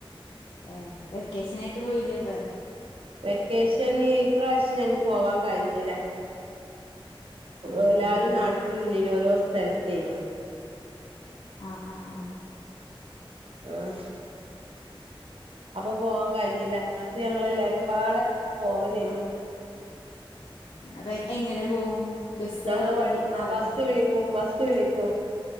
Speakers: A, on the left; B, on the right.
A: ഏ വെക്കേഷന ആയിട്ട് പോയില്ലേ അപ്പൊ
B: വെക്കേഷൻ ഇപ്രാവശ്യം ഞങ്ങക്ക് പോവാൻ കഴിഞ്ഞില്ല
A: ഏഹ്
B: എല്ലാരും
A: എന്ത് പറ്റി
B: നാട്ടിലല്ലനി ഓരോ സ്ഥലത്തേന്
A: ആആ ആഹ
B: ഉഹ അപ്പൊ പോവാാൻ കഴിഞ്ഞില്ല മറ്റ ഞങ്ങെല്ലാരുംപാട് പോവൽ യിരുന്നു
A: അ.. എങ്ങനെ പോവും ബസ്സാ
B: ഞങ്ങള്ൾ
A: അല്ലെങ്കി
B: വ
A: ട്രാവലറാ
B: ബസ് വിളിക്ക ഉം ബസ് വിളിക്കും